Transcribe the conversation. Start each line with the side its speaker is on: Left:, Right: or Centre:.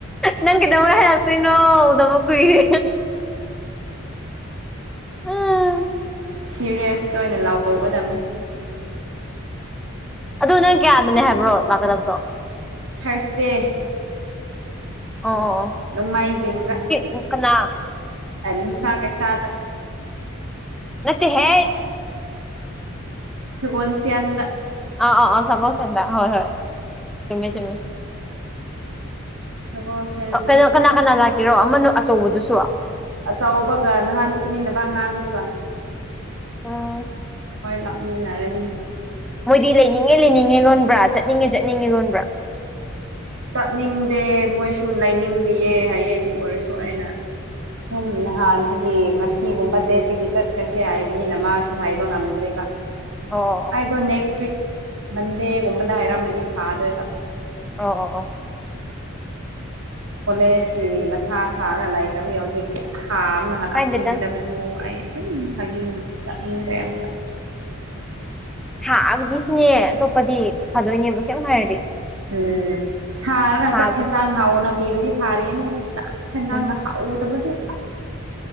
Centre: ꯅꯪ ꯀꯩꯗꯧꯉꯩ ꯍꯜꯂꯛꯇꯣꯏꯅꯣ ꯎꯗꯕ ꯀꯨꯏꯔꯦ ꯑꯥ
Right: ꯁꯤꯔꯤꯌꯁꯇ ꯑꯣꯏꯅ ꯂꯧꯒꯗꯝꯅꯤ
Centre: ꯑꯗꯣ ꯅꯪ ꯀꯌꯥꯗꯅꯦ ꯍꯥꯏꯕ꯭ꯔꯣ ꯂꯥꯛꯀꯗꯕꯗꯣ
Right: ꯊꯥꯔꯁꯗꯦ
Centre: ꯑꯣ ꯑꯣ ꯑꯣ
Right: ꯅꯣꯡꯃꯥꯏꯖꯤꯡꯗ
Centre: ꯍꯨ ꯀꯅꯥ
Right: ꯑꯦ ꯂꯤꯝꯁꯥ ꯀꯩꯁꯥꯥꯗ
Centre: ꯅꯠꯇꯦ ꯍꯦꯠ
Right: ꯁꯒꯣꯟꯁꯌꯦꯟꯗ
Centre: ꯑ ꯑ ꯑ ꯁꯒꯣꯜꯁꯦꯜꯗ ꯍꯣꯏ ꯍꯣꯏ ꯆꯨꯝꯃꯦ ꯆꯨꯝꯃꯦ
Right: ꯁꯒꯣꯜꯁꯦꯜ
Centre: ꯀꯩꯅꯣ ꯀꯅꯥ ꯀꯅꯥ ꯂꯥꯛꯀꯦꯔꯣ ꯑꯃꯅ ꯑꯆꯧꯕꯗꯨꯁꯨ
Right: ꯑꯆꯧꯕꯒ ꯅꯍꯥꯟ ꯆꯠꯃꯤꯟꯅꯕ ꯑꯉꯥꯡꯗꯨꯒ
Centre: ꯎꯝ
Right: ꯍꯣꯏ ꯂꯥꯛ ꯃꯤꯟꯅꯔꯅꯤ
Centre: ꯃꯣꯏꯗꯤ ꯂꯩꯅꯤꯡꯉꯦ ꯂꯩꯅꯤꯡꯉꯦ ꯂꯣꯟꯕ꯭ꯔꯥ ꯆꯠꯅꯤꯡꯉꯦ ꯆꯠꯅꯤꯡꯉꯦ ꯂꯣꯟꯕ꯭ꯔꯥ
Right: ꯆꯠꯅꯤꯡꯗꯦ ꯃꯣꯏꯁꯨ ꯂꯩꯅꯤꯡꯕꯤꯌꯦ ꯍꯥꯏꯌꯦ ꯑꯗꯨ ꯑꯣꯏꯔꯁꯨ ꯑꯩꯅ ꯁꯨꯝ ꯅꯍꯥꯟꯗꯒꯤ ꯉꯁꯤꯒꯨꯝꯕ ꯗꯦꯠꯇꯒꯤ ꯆꯠꯈ꯭ꯔꯁꯦ ꯍꯥꯏꯕꯅꯤꯅ ꯃꯥꯁꯨ ꯍꯥꯏꯕ ꯉꯝ ꯐꯖꯩꯌꯦꯕ
Centre: ꯑꯣ ꯑꯣ
Right: ꯑꯩꯗꯣ ꯅꯦꯛꯁ ꯋꯤꯛ ꯃꯟꯗꯣ ꯒꯨꯝꯕꯗ ꯍꯥꯏꯔꯝꯃꯗꯤ ꯐꯥꯗꯣꯏꯕ
Centre: ꯑꯣ ꯑꯣ ꯑꯣ
Right: ꯀꯣꯂꯦꯖꯀꯤ ꯃꯊꯥ ꯁꯥꯔꯒ ꯂꯥꯏꯈ꯭ꯔꯕꯒꯤ ꯍꯧꯖꯤꯛꯇꯤ ꯁꯥꯕꯅ ꯂꯥꯛꯅꯤꯡꯗꯕꯗꯨ
Centre: ꯀꯥꯏꯗꯦꯗ
Right: ꯑꯩ ꯑꯁꯦ ꯐꯥꯒꯤ ꯆꯠꯅꯤꯡꯗꯦ ꯑꯃꯨꯀ
Centre: ꯍꯥ ꯑꯗꯨꯒꯤ ꯁꯤꯅꯦ ꯑꯇꯣꯞꯄꯗꯤ ꯐꯗꯣꯏꯅꯦꯕ ꯁꯦꯝ ꯍꯥꯏꯔꯗꯤ
Right: ꯎꯝ ꯁꯥꯔꯒ
Centre: ꯊꯥꯕ
Right: ꯆꯥꯛ ꯈꯦꯟꯖꯥꯡ ꯍꯥꯎꯅ ꯄꯤꯔꯗꯤ ꯐꯥꯔꯤꯌꯦꯅꯦ ꯆꯥꯛ ꯈꯦꯟꯖꯥꯡꯒ
Centre: ꯎꯝ
Right: ꯍꯥꯎ ꯎꯇꯕꯒꯤ ꯑꯁ